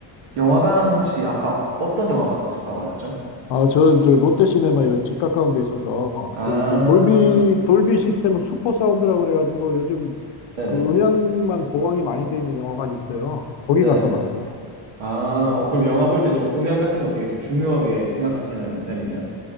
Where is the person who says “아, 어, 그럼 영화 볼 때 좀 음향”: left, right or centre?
Right